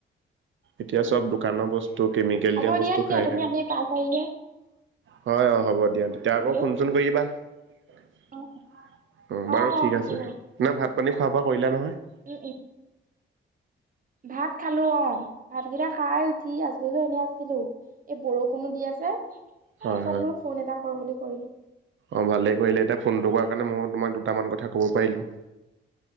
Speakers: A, on the right (about 70°); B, on the right (about 40°).
A: এতিয়া চব দোকানৰ বস্তু, কেমিকেল
B: হ'ব
A: দিয়া বস্তু
B: তেতিয়া
A: খাই
B: তুমি
A: খায়।
B: আহি
A: <inaudible>
B: পাই পাৰিলে
A: হয় অ হ'ব দিয়া। তেতিয়া
B: হেল্ল'
A: আকৌ ফোন-চোন কৰিবা? <inaudible> অঁ
B: অ অ অ
A: বাৰু ঠিক
B: হ'ব
A: আছে।
B: বাৰু
A: না ভাত-পানী খোৱা-বোৱা কৰিলা নহয়? <inaudible>
B: উম-উম। <unintelligible> ভাত খালো অঁ। ভাতকেইটা খাই উঠি আজৰি হৈ এনেই আছিলো। <inaudible> এই বৰষুণো দি আছে। এই
A: হয়
B: চব বোলো ফোন এটা কৰো বুলি কৰিলো। <inaudible>
A: অঁ! ভালেই কৰিলে এতিয়া ফোনটো কৰাৰ কাৰণে মইয়ো তোমাক দুটামান কথা ক'ব পাৰিলোঁ। <inaudible>